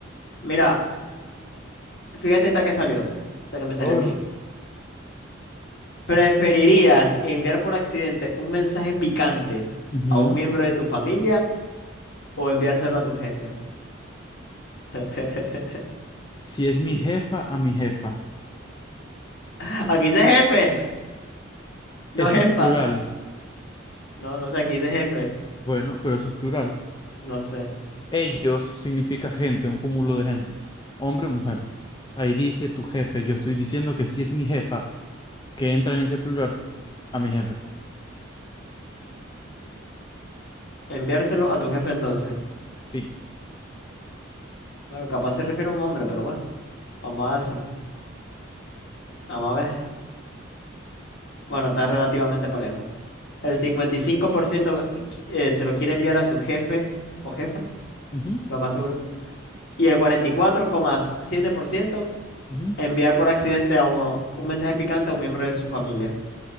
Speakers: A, on the left (about 60°); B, on the left (about 20°).
A: Mira, fíjate esta que salió. Esta que me salió
B: A ver.
A: aquí. ¿Preferirías enviar por accidente un mensaje picante
B: Ujú.
A: a un miembro de tu familia o enviárselo a tu jefe? <laughs>
B: Si es mi jefa a mi jefa.
A: Aquí dice jefe, no
B: Eso
A: jefa.
B: es plural.
A: No, no sé, aquí dice jefe.
B: Bueno, pero eso es plural.
A: No sé.
B: Ellos significa gente, un cúmulo de gente. Hombre o mujer. Ahí dice tu jefe. Yo estoy diciendo que si es mi jefa, que entra en ese plural a mi jefe.
A: Enviárselo a tu jefe entonces.
B: Sí.
A: Bueno, capaz se refiere a un hombre, pero bueno, vamos a dárselo. Vamos a ver. Bueno, está relativamente parejo. El 55% eh, se lo quiere enviar a su jefe o jefa,
B: Ujú,
A: lo más seguro. Y el cuarenta y cuatro coma siete por ciento
B: ujú,
A: enviar por accidente a un, un mensaje picante a un miembro de su familia.